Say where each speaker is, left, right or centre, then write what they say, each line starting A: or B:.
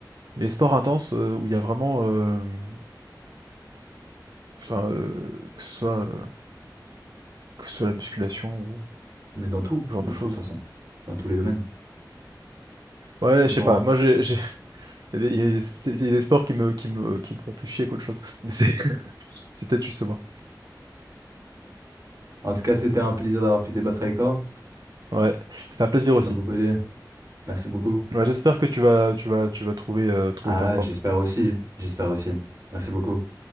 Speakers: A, on the right; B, on the right.
A: Mais les sports intenses euh, où il y a vraiment, euh, enfin, euh, que ce soit, euh, que ce soit la musculation ou
B: Mais dans tout,
A: ce genre
B: dans
A: de choses.
B: tout, façon. Dans tous les domaines.
A: Ouais,
B: Bon.
A: je sais pas. Moi, j'ai, j'ai- <laughs> il y a des, il y a des il y a des sports qui me, qui me, qui me font plus chier qu'autre chose. Mais c'est, <laughs> c'est peut-être juste moi.
B: En tout cas, c'était un plaisir d'avoir pu débattre avec toi.
A: Ouais, c'était un plaisir
B: Tu
A: aussi.
B: m'as beaucoup aidé. Merci beaucoup.
A: Ouais, j'espère que tu vas, tu vas, tu vas trouver, euh, trouver
B: Ah,
A: ta voie.
B: j'espère aussi. J'espère aussi. Merci beaucoup.